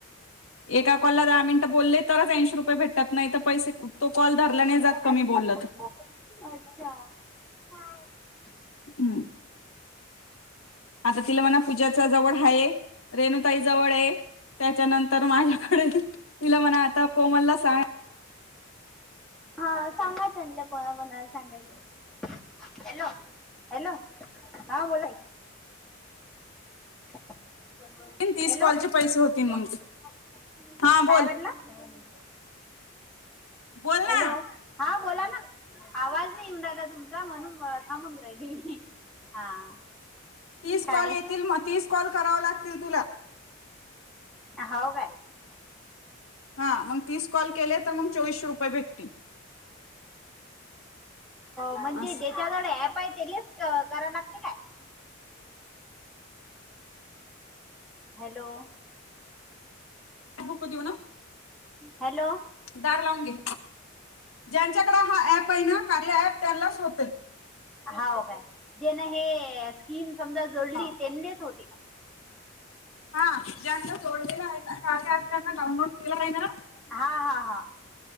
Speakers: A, on the left (about 85°); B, in the centre.
A: एका कॉलला दहा मिनिटं बोलले तरच ऐंशी रुपये भेटतात, नाही तर पैसे तो कॉल. धरला
B: अच्छा
A: नाही जात कमी बोललं तर
B: <unintelligible>
A: हम्म. आता तिला म्हणा पूजाचा जवळ आहे, रेणुताई जवळ आहे. त्याच्यानंतर माझ्याकडे तिला म्हणा, आता कोमलला सांग.
B: हा सांगाच म्हलं कोणा कोणाला सांगायचं आहे. हॅलो हॅलो हा बोलाय. <unintelligible> हॅलो
A: तीस कॉलचे
B: काय
A: पैसे होतील मग ते
B: म्हटलं
A: हा
B: <unintelligible>
A: बोल बोल
B: हॅलो
A: ना
B: हा. बोला ना आवाज नाहीऊन राहिला, तुमचा म्हणून थांबून राहिली मी. हा
A: तीस
B: काय.
A: कॉल येतील मग तीस कॉल कराव लागतील तुला.
B: हो. काय
A: हा मग तीस कॉल केले तर मग चोवीसशे रुपये भेटते.
B: म्हणजे
A: असं
B: ज्याच्याकडे अँप आहे. तेलेच करा लागते का. हॅलो.
A: बुक कती हो ना.
B: हॅलो.
A: दार लावून घे. ज्यांच्याकडे हा ऍप आहे ना कार्य प त्यांनाच होते.
B: हो काय जेना हे स्कीम समजा जोडली
A: हा
B: त्यांनीच होती का.
A: हा ज्यांना जोडलेला आहे, श त्यांना डाउनलोड केला आहे ना.
B: हा हा हा.